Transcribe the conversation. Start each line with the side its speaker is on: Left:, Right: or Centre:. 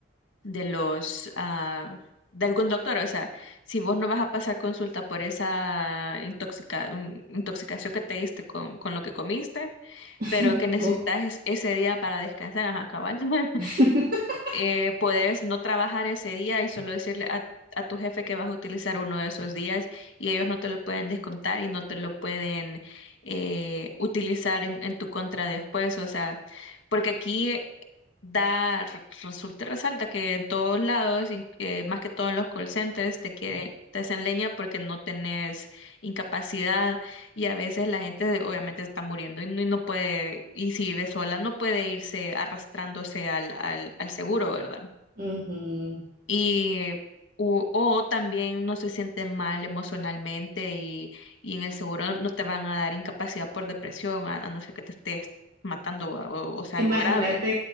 Left: de los... ah, de algún doctor, o sea, si vos no vas a pasar consulta por esa intoxica- intoxicación que te diste con, con lo que comiste,
Right: <laughs>
Left: pero que necesitas
Right: ¿Vos?
Left: es- ese día para descansar, ajá, cabal. <laughs>
Right: <laughs>
Left: Eh, puedes no trabajar ese día y solo decirle a, a tu jefe que vas a utilizar uno de esos días y ellos no te lo pueden descontar y no te lo pueden eh, utilizar en, en tu contra después, o sea, porque aquí da, re- resulta, y resalta que en todos lados, in- eh, más que todo en los call centers, te quieren, te hacen leña porque no tenés incapacidad y a veces la gente obviamente está muriendo y no, y no puede, y si vive sola, no puede irse arrastrándose al, al, al seguro, ¿verdad?
Right: Ujú.
Left: Y o, o también no se siente mal emocionalmente y, y en el seguro no no te van a dar incapacidad por depresión, a, a no ser que te estés matando o, o sea
Right: Imagínate,
Left: algo grave.